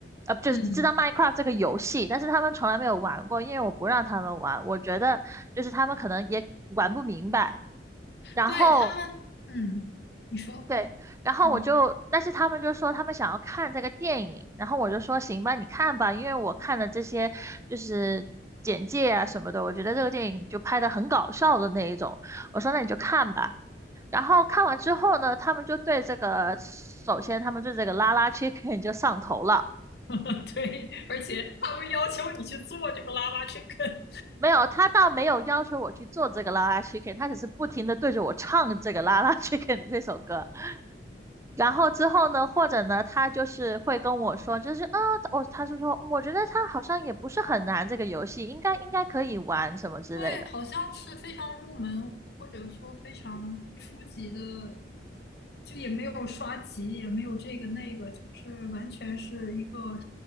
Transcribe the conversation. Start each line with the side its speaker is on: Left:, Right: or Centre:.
Right: 呃，就是知道《Minecraft》这个游戏，
Left: 嗯，
Right: 但是他们从来没有玩过，因为我不让他们玩，我觉得就是他们可能也玩不明白。然后
Left: 对他们，嗯，你说，
Right: 对，然后我就，
Left: 嗯，
Right: 但是他们就说他们想要看这个电影，然后我就说行吧，你看吧，因为我看了这些就是简介啊什么的，我觉得这个电影就拍的很搞笑的那一种，我说那你就看吧。然后看完之后呢，他们就对这个，首先他们对这个拉拉 chicken 就上头了。
Left: <laughs> 对，而且他们要求你去做这个拉拉 chicken。
Right: 没有，他倒没有要求我去做这个拉拉 chicken，他只是不停的对着我唱这个拉拉 chicken 的这首歌。然后之后呢，或者呢，他就是会跟我说，就是啊，我、他就说，我觉得他好像也不是很难，这个游戏应该应该可以玩什么之类的。
Left: 对，好像是非常入门或者说非常初级的，就也没有刷级，也没有这个那个，就是完全是一个